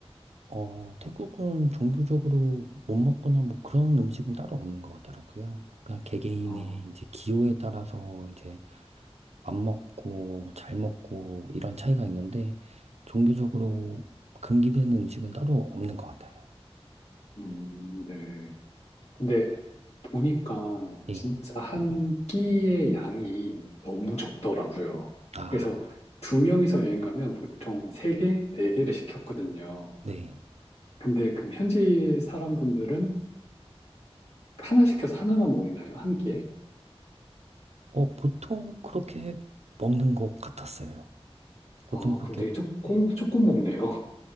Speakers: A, on the right; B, on the left.
A: 어, 태국은 종교적으로 못 먹거나 뭐 그런 음식은 따로 없는 것 같더라고요. 그냥 개개인의
B: 아,
A: 이제 기호에 따라서 이제 안 먹고 잘 먹고 이런 차이가 있는데 종교적으로 금기되는 음식은 따로 없는 것 같아요.
B: 음, 네. 근데 보니까
A: 예.
B: 진짜 한 끼의 양이 너무 적더라고요.
A: 아,
B: 그래서 두 명이서 여행 가면 보통 세 개, 네 개를 시켰거든요.
A: 네.
B: 근데 그럼 현지 사람분들은 하나 시켜서 하나만 먹나요? 한 끼에?
A: 어, 보통 그렇게 먹는 것 같았어요. 보통
B: 아,
A: 그렇게,
B: 그럼 되게 조금,
A: 네.
B: 조금 먹네요.